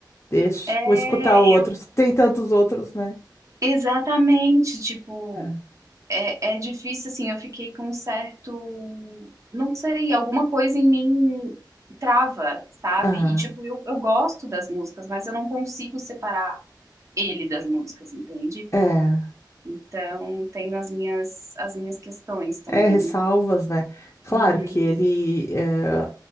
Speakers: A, on the left (about 35°); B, on the right (about 40°).
A: deixa.
B: É,
A: Vou escutar outros.
B: eu.
A: Tem tantos outros, né?
B: Exatamente, tipo,
A: É.
B: é, é difícil, assim, eu fiquei com um certo. Não sei, alguma coisa em mim trava, sabe?
A: Ah,
B: E, tipo, eu, eu gosto das músicas, mas eu não consigo separar ele das músicas, entende?
A: é.
B: Então, tem as minhas, as minhas questões também.
A: É, ressalvas, né? Claro
B: Uhum.
A: que ele. eh,